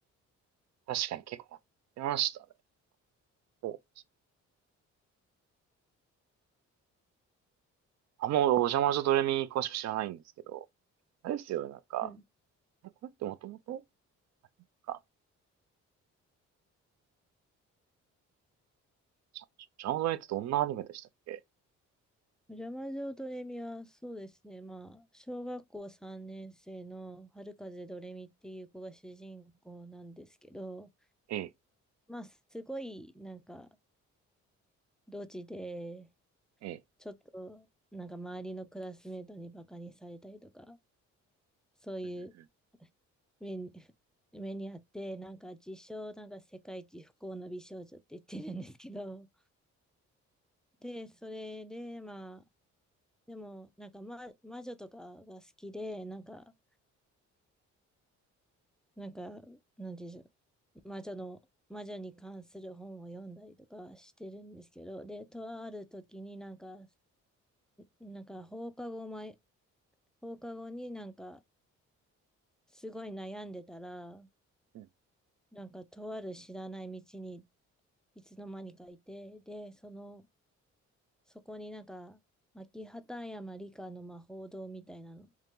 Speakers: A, on the right (about 60°); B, in the centre.
A: 確かに結構やってましたね。そうあんまお邪魔女ドレミ詳しく知らないんですけど、あれですよね、なんか、
B: はい。
A: あれこれってもともとか、じゃ邪魔女ドレミってどんなアニメでしたっけ
B: お邪魔女ドレミは、そうですね。まあ、小学校3年生の春風ドレミっていう子が主人公なんですけど、
A: ええ、
B: まあ、すごい、なんか、ドジで、
A: ええ、
B: ちょっと、なんか周りのクラスメートにバカにされたりとか、そういう
A: うん、
B: 目に、目にあって、なんか自称、なんか世界一不幸の美少女って言ってるんですけど、で、それで、まあ、でも、なんか、ま、魔女とかが好きで、なんか、なんか、なんていうんでしょう、魔女の、魔女に関する本を読んだりとかしてるんですけど、で、とある時になんか、んなんか放課後前、放課後になんか、すごい悩んでたら、
A: う
B: なんかとある知らない道にいつの間にかいて、で、その、そこになんか、牧畑山理科の魔法堂みたいなのっ